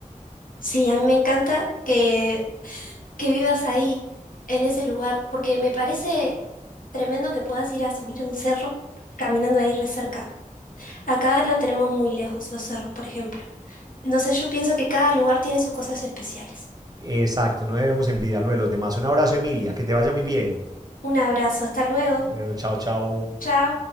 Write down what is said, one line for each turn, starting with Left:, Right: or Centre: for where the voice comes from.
Left: Sí, a mí me encanta que, que vivas ahí, en ese lugar, porque me parece tremendo que puedas ir a subir a un cerro caminando ahí re cerca. Acá lo tenemos muy lejos, los cerros, por ejemplo. Entonces yo pienso que cada lugar tiene sus cosas especiales.
Right: Exacto, no debemos envidiar lo de los demás. Un abrazo, Emilia, que te vaya muy bien.
Left: Un abrazo, hasta luego.
Right: Bueno, chao, chao.
Left: Chao.